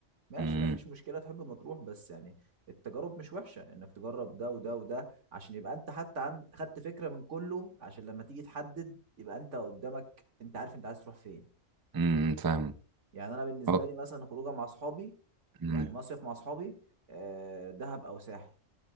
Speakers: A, on the right; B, on the right.
A: ماشي
B: امم
A: مفيش مشكله تحب مطروح بس يعني التجارب مش وحشه انك تجرب ده وده وده عشان يبقى انت حتى عند خدت فكره من كله عشان لما تيجي تحدد يبقى انت قدامك انت عارف انت عايز تروح فين
B: امم فاهم
A: يعني انا بالنسبه
B: اه
A: لي مثلا خروجه مع اصحابي
B: امم
A: يعني مصيف مع اصحابي آه، دهب او ساحل